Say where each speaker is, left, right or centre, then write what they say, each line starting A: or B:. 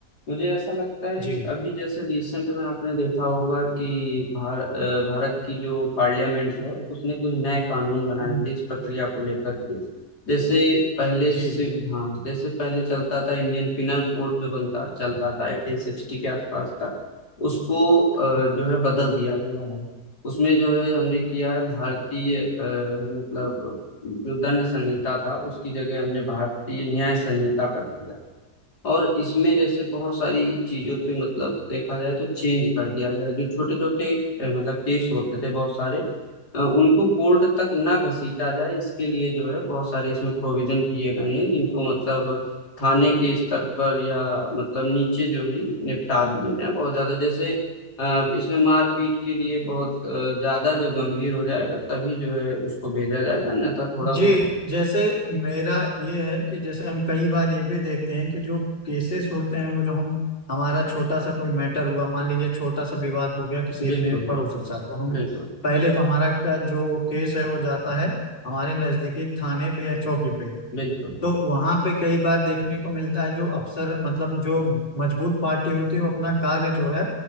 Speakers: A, on the left (about 80°); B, on the left (about 35°).
A: मुझे ऐसा लगता है
B: जी
A: कि अभी जैसे रिसेंट में आपने देखा होगा कि भार, अ, भारत की जो पार्लियामेंट है उसने कुछ नए कानून बनाए
B: हम्म,
A: थे इस प्रक्रिया को लेकर के जैसे पहले
B: जी
A: से
B: जी
A: हाँ जैसे पहले चलता था इंडियन पिनल कोड जो बनता चलता था 1860 के आसपास का उसको अ,
B: हम्म।
A: जो है बदल दिया गया है उसमें जो है हमने किया है भारतीय अ, मतलब जो दंड संहिता था उसकी जगह हमने भारतीय न्याय संहिता कर दिया और इसमें जैसे बहुत सारी चीजों पे मतलब देखा जाए तो चेंज कर दिया गया है। जो छोटे छोटे मतलब केस होते थे बहुत सारे अ, उनको कोर्ट तक ना घसीटा जाए इसके लिए जो है बहुत सारे इसमें प्रोविजन किए गए हैं जिनको मतलब थाने के स्तर पर या मतलब नीचे जो ही निपटा दिए गए हैं। बहुत ज्यादा जैसे अ, इसमें मारपीट के लिए बहुत अ, ज्यादा जब गंभीर हो जाएगा तभी जो है उसको भेजा जाएगा नहीं तो थोड़ा बहुत
B: जी जैसे मेरा ये है कि जैसे हम कई बार ये भी देखते हैं कि जो केसेस होते हैं वो जो हम हमारा छोटा सा कोई मैटर हुआ मान लीजिए छोटा सा विवाद हो गया किसी
A: बिल्कुल
B: अपने पड़ोसी के साथ तो हम
A: बिल्कुल
B: पहले तो हमारा का जो केस है वो जाता है हमारे नजदीकी थाने पे या चौकी पे
A: बिल्कुल
B: तो वहां पे कई बार देखने को मिलता है जो अफसर मतलब जो मजबूत पार्टी होती है वो अपना कार्य जो है